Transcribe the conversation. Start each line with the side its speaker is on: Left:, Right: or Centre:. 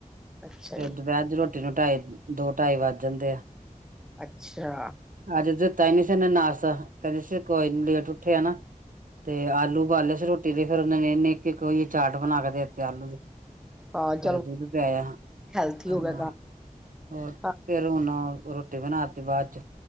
Centre: ਅੱਛਾ
Right: ਫਿਰ
Centre: ਜੀ
Right: ਦੁਪਹਿਰ ਦੀ ਰੋਟੀ ਨੂੰ ਢਾਈ ਦੋ ਢਾਈ ਵੱਜ ਜਾਂਦੇ ਆ,
Centre: ਅੱਛਾ
Right: ਅੱਜ ਤਾਹੀਂ <unintelligible> ਨਾਸ਼ਤਾ ਕਹਿੰਦੇ ਸੀ ਕੋਈ ਲੇਟ ਉੱਠੇ ਆ ਨਾ ਤੇ ਆਲੂ ਉਬਾਲੇ ਸੀ ਰੋਟੀ ਫਿਰ ਉਹਨਾਂ ਨੇ ਇਹਨੇ ਇੱਕ ਓਈ ਚਾਟ ਬਣਾ ਕੇ ਦੇ ਦਿੱੱਤੇ ਆਲੂ ਦੀ। ਫਿਰ
Centre: ਹਾਂ ਚਲੋ
Right: ਦੁੱਧ ਪਿਆਇਆ ਹਾਂ।
Centre: ਹੈਲਥੀ ਹੋ ਗਿਆ
Right: ਹੋਰ
Centre: ਕੰਮ
Right: ਫੇਰ ਹੁਣ ਰੋਟੀ ਬਨਾ ਤੀ ਬਾਦ